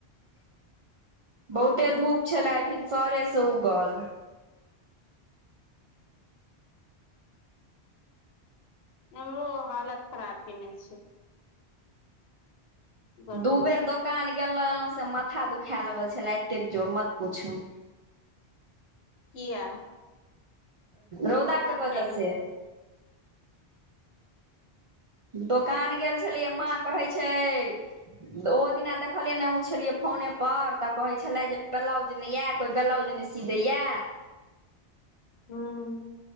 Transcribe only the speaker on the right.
बहुते धूप छलै भिनसरे से उगल
दू बेर
दोकान गेलौ एलहु से म क दुखाए लगल छलै एतेक जोर मत पुछू
रौदा
के वजह
से दोकान गेल छलियै माँ
कहे छै ओ दिना देख देखलियै नहि हमहुँ छलियै फोनेप तऽ कहै छलै जे ब्लाउज नै या तऽ ब्लाउज नहि सी दैया